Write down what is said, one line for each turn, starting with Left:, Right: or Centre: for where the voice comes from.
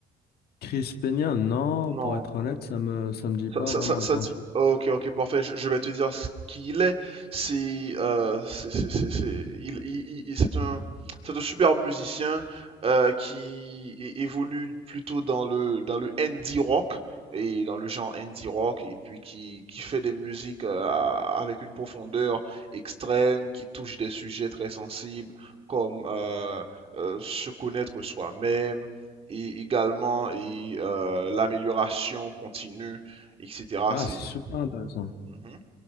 Left: Chris Peña, non,
Right: Non.
Left: pour être honnête, ça me, ça me dit pas
Right: Ça, ça,
Left: vraiment
Right: ça- ça
Left: grand-chose.
Right: dit. oh, Ok, ok, parfait. Je, je vais te dire ce qu'il est. C'est, euh, c'est, c'est, c'est, c'est- il, il- il- c'est un, c'est un super musicien euh, qui é- évolue plutôt dans le, dans le indie rock et dans le genre indie rock et puis qui, qui fait des musiques euh, à- avec une profondeur extrême, qui touche des sujets très sensibles comme euh, euh, se connaître soi-même et également et, euh, l'amélioration continue etc.
Left: Ah,
Right: C'est...
Left: c'est super intéressant.
Right: Mhm,